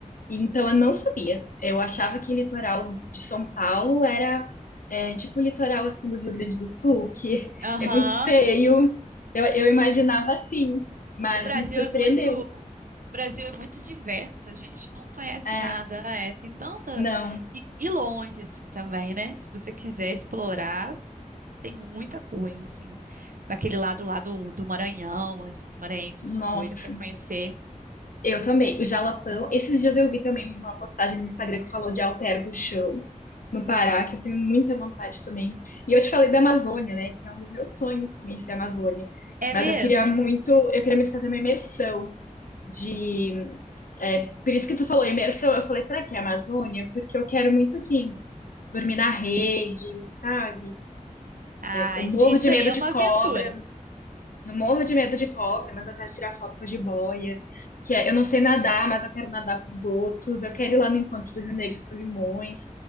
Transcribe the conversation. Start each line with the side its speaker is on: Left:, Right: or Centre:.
Left: Então, eu não sabia. Eu achava que litoral de São Paulo era é, tipo o litoral assim do Rio Grande do Sul, que <laughs>
Right: Aham.
Left: é muito feio. Eu, eu imaginava assim, mas
Right: O Brasil
Left: me surpreendeu.
Right: é muito, o Brasil é muito diverso, a gente não conhece
Left: É,
Right: nada, é, tem tanta
Left: não,
Right: e, e longe assim também, né? Se você quiser explorar, tem muita coisa assim. Pra aquele lado lá do, do Maranhão, Lençóis Maranhenses,
Left: nossa,
Right: sou doida para conhecer.
Left: eu também. O Jalapão, esses dias eu vi também uma postagem no Instagram que falou de Alter do Chão, no Pará, que eu tenho muita vontade também. E eu te falei da Amazônia, né? Que é um dos meus sonhos conhecer a Amazônia.
Right: É
Left: Mas
Right: mesmo?
Left: eu queria muito, eu queria muito fazer uma imersão de É, por isso que tu falou imersão, eu falei, será que é Amazônia? Porque eu quero muito, assim, dormir na rede, sabe?
Right: Ah,
Left: Eu morro
Right: isso, isso
Left: de medo
Right: aí é
Left: de
Right: uma
Left: cobra,
Right: aventura.
Left: eu morro de medo de cobra, mas eu quero tirar foto com a jiboia, que é, eu não sei nadar, mas eu quero nadar com os botos, eu quero ir lá no encontro do Rio Negro e Solimões.